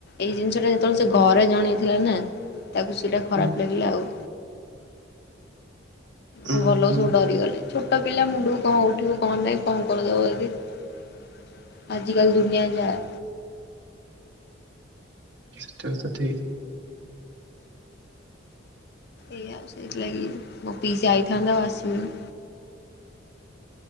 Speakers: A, on the left; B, on the right.
A: ଏଇ ଜିନିସଟା ଯେତେବେଳେ ସେ ଘରେ ଜଣେଇଥିଲା ନା ତାକୁ ସେଇଟା ଖରାପ
B: ହୁଁ
A: ଲାଗିଲା ଆଉ
B: ହୁଁ
A: ଘର ଲୋକ
B: ହୁଁ
A: ସବୁ ଡରି ଗଲେ ଛୋଟା ପିଲା ଇଲା ମୁଣ୍ଡକୁ କଣ ଗୋ ଉଠ କଣ ନାହି କଣ କରି ଦବ ଯଦି ଏ ଆଯି କାଲି ଦୁନିଆ ଯାହା।
B: ସେଟା ବି ତ ଠିକ।
A: ଏଇ ଆ ସେଇଥି ଲାଗି ମୋ ପିଇସି ଆଈଥାନ୍ତା ଆଉ ଆସିବନି।